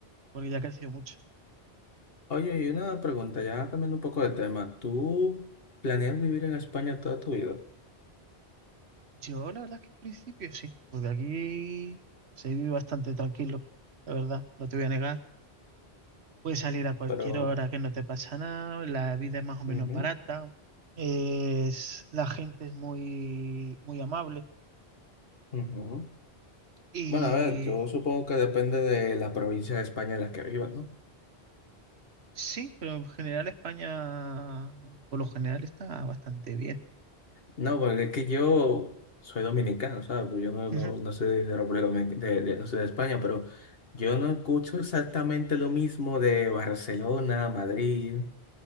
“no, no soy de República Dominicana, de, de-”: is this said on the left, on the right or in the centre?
Left